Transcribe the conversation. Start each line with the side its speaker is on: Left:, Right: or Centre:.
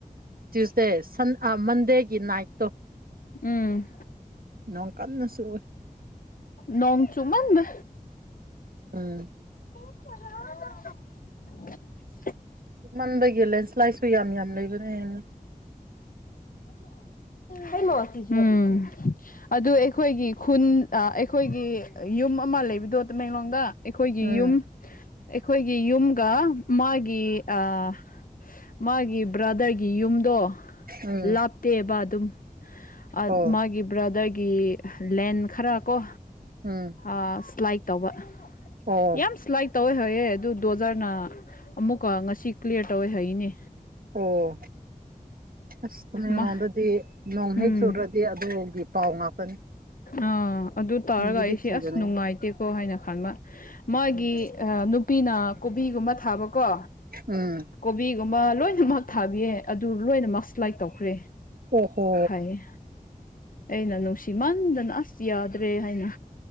Right: ꯇ꯭ꯌꯨꯁꯗꯦꯟ ꯃꯟꯗꯦ ꯒꯤ ꯅꯥꯏꯠꯇꯣ
Left: ꯎꯝ
Right: ꯅꯣꯡ ꯀꯟꯅꯁꯨ ꯑꯣꯏ
Left: ꯅꯣꯡ ꯆꯨꯃꯟꯗ
Right: ꯎꯝ
Left: <unintelligible>
Right: ꯃꯥꯟꯕꯒꯂꯦ ꯁꯤ ꯂꯥꯏꯁꯨꯨ ꯌꯥꯝ ꯌꯥꯝ ꯂꯩꯕꯅꯦ
Left: ꯍꯂꯣ ꯎꯝ ꯑꯗꯨ ꯑꯩꯈꯣꯏꯒꯤ ꯈꯨꯟ ꯑꯩꯈꯣꯏꯒꯤ ꯌꯨꯝ ꯑꯃ ꯂꯩꯕꯗꯨ ꯇꯃꯦꯡꯂꯣꯡꯗ ꯑꯩꯈꯣꯏꯒꯤ
Right: ꯎꯝ
Left: ꯌꯨꯝ ꯑꯩꯈꯣꯏꯒꯤ ꯌꯨꯝꯒ ꯃꯥꯒꯤ ꯑꯥ ꯃꯥꯒꯤ ꯕ꯭ꯔꯥꯗꯔꯒꯤ ꯌꯨꯝꯗꯣ
Right: ꯎꯝ
Left: ꯂꯥꯞꯇꯦꯕ ꯑꯗꯨꯝ꯫ ꯑꯠ
Right: ꯑꯣ
Left: ꯃꯥꯒꯤ ꯕ꯭ꯔꯗꯔꯒꯤ ꯂꯦꯟ ꯈꯔ ꯀꯣ
Right: ꯎꯝ
Left: ꯑ ꯁ꯭ꯂꯥꯏꯛ ꯇꯧꯕ
Right: ꯑꯣ
Left: ꯌꯥꯝ ꯁ꯭ꯂꯥꯏꯛ ꯇꯧꯋꯦ ꯍꯥꯌꯦ ꯑꯗꯨ ꯗꯣꯖꯔꯅ ꯑꯃꯨꯛꯀ ꯉꯁꯤ ꯀ꯭ꯂꯤꯌꯔ ꯇꯧꯋꯦ ꯍꯥꯏꯌꯦꯅꯦ꯫
Right: ꯑꯣ꯫ ꯑꯁ ꯇꯃꯦꯡꯂꯣꯡꯗꯗꯤ
Left: ꯃꯥ
Right: ꯅꯣꯡ
Left: ꯎꯝ
Right: ꯍꯦꯛ ꯆꯨꯨꯗ꯭ꯔꯗꯤ ꯑꯗꯨꯒꯤ ꯄꯥꯎ ꯉꯥꯛꯇꯅꯤ꯫
Left: ꯑꯥ ꯑꯗꯨ ꯇꯥꯔꯒ
Right: ꯀꯤꯕꯗꯤ
Left: ꯑꯩꯁꯦ
Right: ꯀꯤꯕꯅꯦ
Left: ꯑꯁ ꯅꯨꯡꯉꯥꯏꯇꯦꯀꯣ ꯍꯥꯏꯅ ꯈꯟꯕ ꯃꯥꯒꯤ
Right: ꯎꯝ
Left: ꯑꯥ ꯅꯨꯞ ꯄꯤꯅ ꯀꯣꯕꯤꯒꯨꯝꯕ ꯊꯥꯕꯀꯣ
Right: ꯎꯝ
Left: ꯀꯣꯕꯤꯒꯨꯝꯕ ꯂꯣꯏꯅꯃꯛ ꯊꯥꯕꯤꯌꯦ ꯑꯗꯨ ꯂꯣꯏꯅ ꯃꯁ ꯁꯂꯥꯏꯠ ꯇꯧꯈ꯭ꯔꯦ
Right: ꯑꯣꯍꯣ
Left: ꯍꯥꯏꯌꯦ꯫ ꯑꯩꯅ ꯅꯨꯡꯁꯤꯃꯟꯗꯅ ꯑꯁ ꯌꯥꯗ꯭ꯔꯦ ꯍꯥꯏꯅ